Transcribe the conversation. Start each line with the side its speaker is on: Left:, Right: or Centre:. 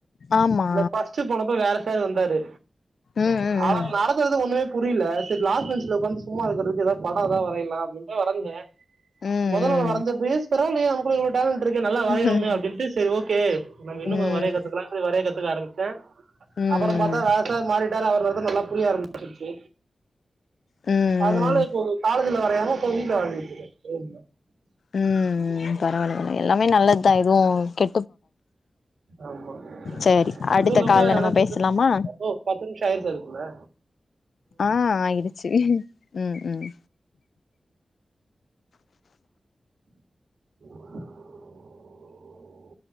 Left: ஆமா
Right: இந்த பஸ்ட்டு போனப்ப வேற சாரு வந்தாரு
Left: ம் ம்
Right: அவர் நடத்துறது ஒண்ணுமே புரியல சரி லாஸ்ட் பென்ச்ல உக்காந்து சும்மா இருக்கறதுக்கு படம் இதான் வரஞ்சேன் அ வேன்
Left: ம்
Right: முத நாள் வ பேற <unintelligible> டேலண்டு இருக்கு நல்லா வரையுரோமே
Left: ம் ம்
Right: அப்டின்டு செரி ஓகே நம் இன்னும்
Left: ம்
Right: கொஞ்சம் வரைய கத்துக்கலாம் வரைய கத்து
Left: ம்
Right: <unintelligible> அவர் மத
Left: ம்
Right: விவசாயம் மாறிட்டாரு <unintelligible> ப்பநல்லா புரியா ஆரம்பிச்சுருச்சு
Left: ம்
Right: அதனால இப்போ காலேஜ்ல வரயாம இப்ப வீட்ல வரஞ்சிட்டு இருக்கு <unintelligible>
Left: உம் உம்பரவால்ல எல்லாமே நல்லது தான் எதுவும் கெ
Right: ஆமா
Left: சேரி அடுத்த
Right: அதும் இல்லாம
Left: கால்ல நம்ம
Right: எனக்கு
Left: பேசலாமா
Right: ஓ பத்து நிமிஷம் ஆயிருச்சா அதுக்குல்ல
Left: ஆஹ ஆயிடுச்சு உம் உம்
Right: <inaudible>